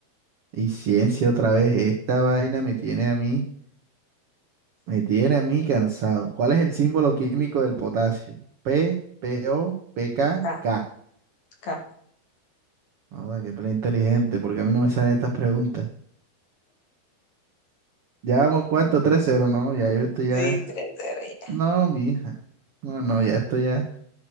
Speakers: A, on the right; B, on the left.
A: Y ciencia otra vez. Esta vaina me tiene a mí. Me tiene a mí cansado. ¿Cuál es el símbolo químico del potasio? P, P, O, P, K,
B: Ca-
A: K.
B: ca-
A: Joda, qué plan inteligente, porque a mí no me salen estas preguntas. Ya vamos cuarto, 3-0, ¿no? Ya yo esto ya.
B: Sí, tres, cero, ya.
A: No, mi hija. No, no, ya esto ya.